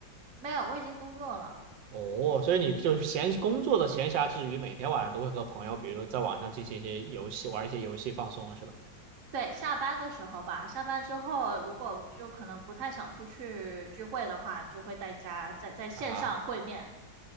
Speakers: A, on the right; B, on the right.
A: 没有，我已经工作了。
B: 哦，所以你就闲工作的闲暇之余，每天晚上都会和朋友，比如在网上进行一些游戏，玩一些游戏放松，是吧？
A: 对，下班的时候吧，下班之后如果就可能不太想出去聚会的话，就会在家在在线上会面。
B: 啊